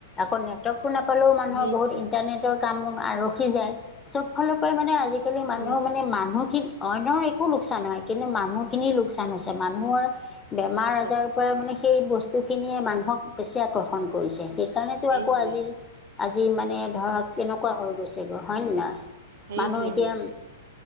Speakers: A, on the left; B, on the right.
A: আকৌ নেটৱৰ্কটো নাপালেও মানুহৰ
B: সেইটোৱে
A: বহুত ইন ইণ্টাৰনেটৰ কামো আ ৰখি যায় চব ফালৰ পৰাই মানে আজিকালি
B: সেইটো
A: মানুহ মানে মানুহখিনি অইনৰ একো লোকচান নহয় কিন্তু মানুহখিনিৰ লোকচান হৈছে মানুহৰ বেমাৰ
B: সেই
A: আজাৰৰ পৰাই মানে সেই বস্তুখিনিয়ে মানুহক বেছি আকৰ্ষণ কৰিছে সে সেইকাৰণেতো
B: সেইটোৱে
A: আকৌ আজি-আজি মানে ধৰক কেনেকুৱা হৈ গৈছেগৈ হ'য় নে নহয়
B: সেইটোৱে
A: মানুহ এতিয়া
B: সেইটোৱে